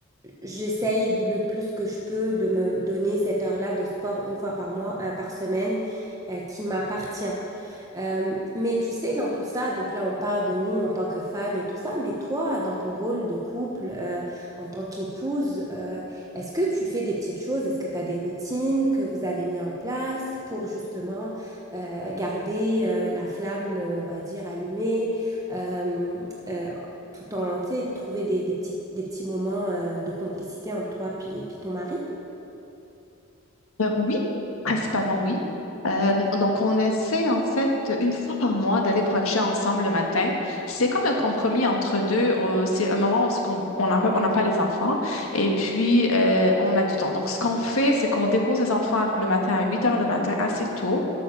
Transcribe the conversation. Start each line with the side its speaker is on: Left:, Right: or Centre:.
Right: J'essaye de- le plus que je peux de me donner cette heure-là de sport une fois par mois, euh, par semaine, euh, qui m'appartient. Euh, mais tu sais, dans tout ça, donc là, on parle de nous en tant que femmes et tout ça, mais toi, dans ton rôle de couple, euh, en tant qu'épouse, euh, est-ce que tu fais des petites choses? Est-ce que tu as des routines que vous avez mis en place pour justement euh, garder euh, la flamme, euh, on va dire, allumée, euh, euh, tout en, tu sais, trouver des, des petits, des petits moments euh, de complicité entre toi puis, puis ton mari?
Left: Euh, oui, principalement oui. Euh, donc, on essaie en fait une fois par mois d'aller bruncher ensemble le matin. C'est comme un compromis entre deux. On- C'est un moment où ce qu'on- on n'a pas on n'a pas les enfants et puis euh, on a du temps. Donc, ce qu'on fait, c'est qu'on dépose les enfants le matin à 8 heures le matin assez tôt.